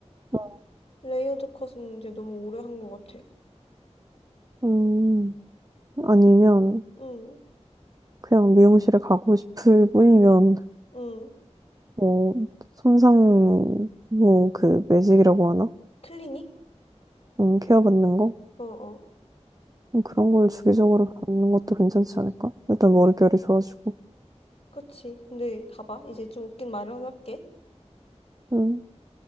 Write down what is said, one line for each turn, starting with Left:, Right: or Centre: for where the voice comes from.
Right: 음,
Left: 레이어드 컷은 이제 너무 오래 한 것 같아.
Right: 음. 아니면
Left: 응,
Right: 그냥 미용실에 가고 싶을 뿐이면,
Left: 응.
Right: 뭐, 손상, 뭐, 그, 매직이라고 하나?
Left: 클리닉?
Right: 음, 케어 받는 거?
Left: 어어.
Right: 음, 그런 걸 주기적으로 받는 것도 괜찮지 않을까? 일단 머릿결이 좋아지고,
Left: 그치. 근데 봐봐. 이제 좀 웃긴 말을 하나 할게.
Right: 음,